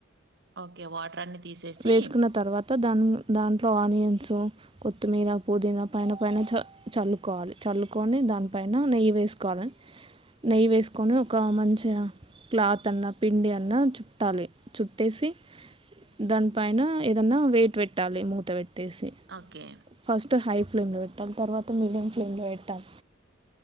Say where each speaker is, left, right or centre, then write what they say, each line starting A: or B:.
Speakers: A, on the right (about 55°); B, on the right (about 25°).
A: ఓకే వాటర్ అన్ని తీసేసి
B: వేసుకున్న తర్వాత దాని దాంట్లో ఆనియన్సు కొత్తిమీర పుదీనా పైన పైన చ చల్లుకోవాలి చల్లుకొని దానిపైన నెయ్యి వేసుకోవాలని నెయ్యి వేసుకొని ఒక మంచిగా క్లాత్ అన్నా పిండి అన్నా చుట్టాలి చుట్టేసి దానిపైన ఏదన్నా వెయిట్ పెట్టాలి మూత పెట్టేసి
A: ఓకే
B: ఫస్ట్ హై ఫ్లేమ్లో పెట్టాలి తర్వాత మీడియం ఫ్లేమ్లో పెట్టాలి